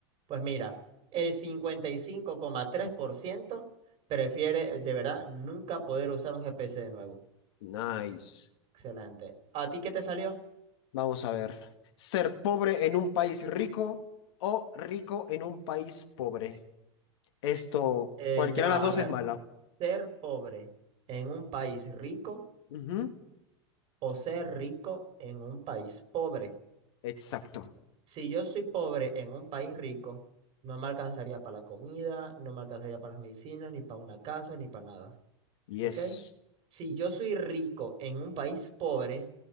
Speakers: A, on the right; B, on the left.
A: Pues mira, el cincuenta y cinco coma tres por ciento prefiere de verdad nunca poder usar un GPS de nuevo.
B: Nice.
A: Excelente. ¿A ti qué te salió?
B: Vamos a ver. ¿Ser pobre en un país rico o rico en un país pobre? Esto,
A: Eh,
B: cualquiera
A: ya va,
B: de las dos
A: a ver.
B: es mala.
A: ser pobre en un país rico
B: Ujú,
A: o ser rico en un país pobre.
B: Exacto.
A: Si yo soy pobre en un país rico, no me alcanzaría para la comida, no me alcanzaría para las medicinas, ni para una casa, ni para nada.
B: Yes.
A: ¿Ok? Si yo soy rico en un país pobre,